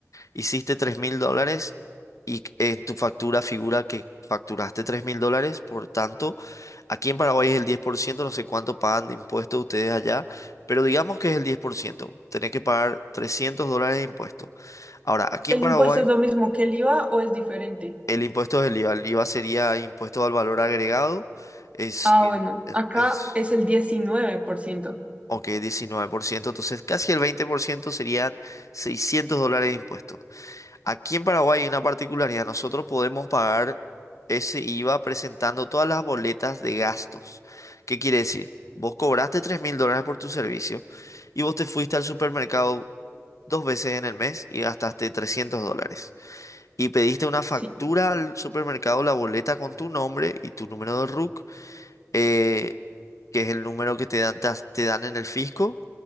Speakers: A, on the left; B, on the right.
A: Hiciste tres mil dólares y en tu factura figura que facturaste tres mil dólares. Por tanto, aquí en Paraguay es el 10%. no sé cuánto pagan de impuestos ustedes allá, pero digamos que es el 10%. Tenés que pagar 300 dólares de impuestos. Ahora, aquí
B: ¿El
A: en Paraguay...
B: impuesto es lo mismo que el IVA o es diferente?
A: El impuesto es el IVA. El IVA sería impuesto al valor agregado. Es,
B: Ah,
A: en-
B: bueno,
A: en-
B: acá
A: es-
B: es el diecinueve por ciento.
A: ok, diecinueve por ciento, Entonces, casi el 20% serían 600 dólares de impuestos. Aquí en Paraguay hay una particularidad. Nosotros podemos pagar ese IVA presentando todas las boletas de gastos. ¿Qué quiere decir? Vos cobraste tres mil dólares por tu servicio y vos te fuiste al supermercado dos veces en el mes y gastaste 300 dólares y pediste una factura
B: Sí.
A: al supermercado, la boleta con tu nombre y tu número de RUC, eh, que es el número que te dan, te, as- te dan en el fisco.